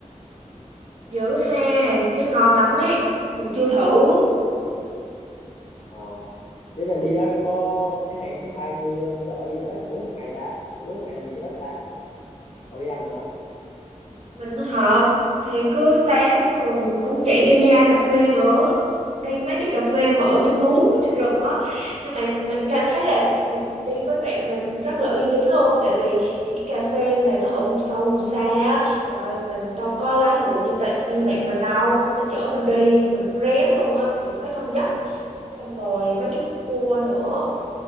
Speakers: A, on the right (about 55°); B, on the left (about 55°).
A: dữ ha chắc ngon lắm ấy mình chưa thử
B: Ờ. Thế là đi đó là có thế ngày thứ hai mưa thế ở gì tới hết bốn năm ngày ta bốn năm ngày làm gì cho hết ta còn đi đâu nữa không
A: mình hợp thì cứ sáng xong rồi mình cũng chạy KPI cà phê nữa đi mấy cái cà phê mà ở
B: Ừ.
A: trên núi trên rừng á nhưng mà mình cảm thấy là mình đi với bạn mình rất là uy tín luôn tại vì những cái cà phê mà nó ở vùng sâu vùng xa á trời ơi, mình đâu có lái lụa như tệ, như bạn mình đâu nó chở mình đi rồi mình cũng rén luôn á kiểu mấy con dốc xong rồi mấy cái khúc cua nữa